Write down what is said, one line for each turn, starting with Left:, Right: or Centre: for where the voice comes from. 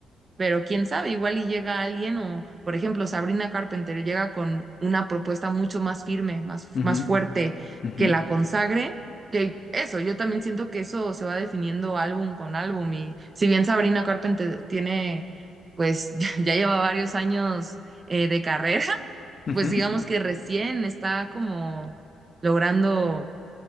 Right: pero quién sabe, igual y llega alguien o, por ejemplo, Sabrina Carpenter llega con una propuesta mucho más firme, más,
Left: Ujú,
Right: más fuerte
Left: ujú,
Right: que la consagre, que eso, yo también siento que eso se va definiendo álbum con álbum y si bien Sabrina Carpenter tiene, pues <laughs> ya, ya lleva varios años eh, de carrera, <laughs>
Left: ujú.
Right: pues digamos que recién está como logrando,